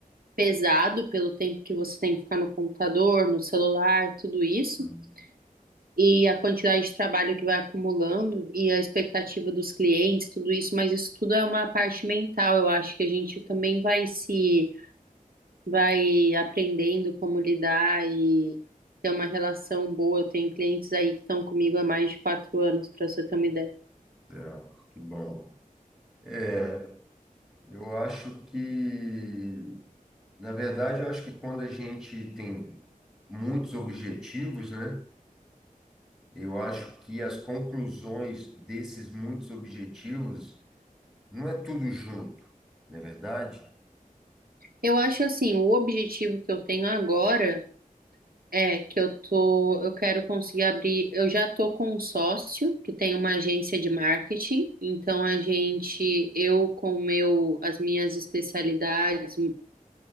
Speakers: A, on the right; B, in the centre.
A: pesado pelo tempo que você tem que ficar no computador, no celular, tudo isso,
B: hum,
A: e a quantidade de trabalho que vai acumulando e a expectativa dos clientes, tudo isso, mas isso tudo é uma parte mental, eu acho que a gente também vai se vai aprendendo como lidar e ter uma relação boa. Eu tenho clientes aí que estão comigo há mais de quatro anos, para você ter uma ideia.
B: certo, que bom. É, eu acho que, na verdade, eu acho que quando a gente tem muitos objetivos, né? Eu acho que as conclusões desses muitos objetivos Não é tudo junto, não é verdade?
A: Eu acho assim, o objetivo que eu tenho agora é que eu tô, eu quero conseguir abrir, eu já tô com um sócio que tem uma agência de marketing, então a gente, eu com o meu, as minhas especialidades,